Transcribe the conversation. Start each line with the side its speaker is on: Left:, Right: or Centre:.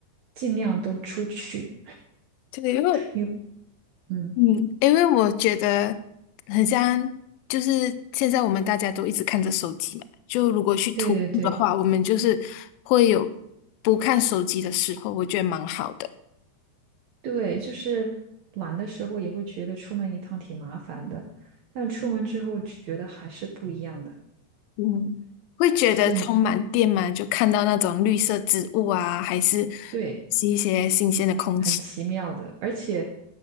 Right: 尽量都出去，
Left: 这个，因为
Right: 因为嗯，
Left: 嗯，因为我觉得很像，就是现在我们大家都一直看着手机嘛，就如果去徒步的话，
Right: 对对对。
Left: 我们就是会有不看手机的时候，我觉得蛮好的。
Right: 对，就是懒的时候也会觉得出门一趟挺麻烦的，但出门之后觉得还是不一样的，
Left: 嗯，会觉得充满电嘛，
Right: 就
Left: 就看到那种绿色植物啊，还是
Right: 对，
Left: 是一些新鲜的空气。
Right: 很奇妙的。而且，